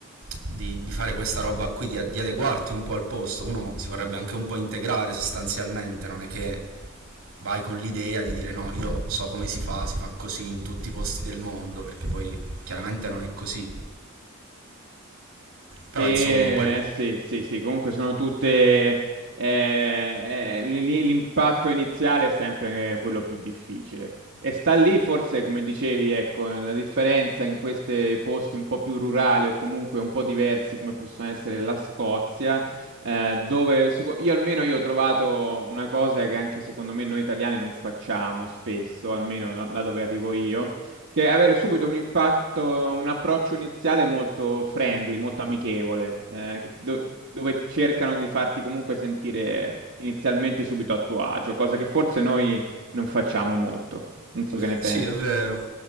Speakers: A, on the right; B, on the right.
A: di- di fare questa roba qui, di, di adeguarti un po' al posto. Uno si vorrebbe anche un po' integrare sostanzialmente, non è che vai con l'idea di dire no, io so come si fa, si fa così in tutti i posti del mondo, perché poi chiaramente non è così. Però
B: E
A: insomma un po' il
B: eh, sì, sì, sì, comunque sono tutte... eh, eh, l- l- l'impatto iniziale è sempre quello più difficile. E sta lì forse, come dicevi, ecco, eh, la differenza in questi posti un po' più rurali o comunque un po' diversi, come possono essere la Scozia, eh, dove seco- io almeno io ho trovato una cosa che anche secondo me noi italiani non facciamo spesso, almeno da da dove arrivo io che avere subito un impatto, un approccio iniziale molto friendly, molto amichevole, eh, che do- dove cercano di farti comunque sentire inizialmente subito a tuo agio, cosa che forse noi non facciamo molto. Non so che ne pensi.
A: Sì, è vero.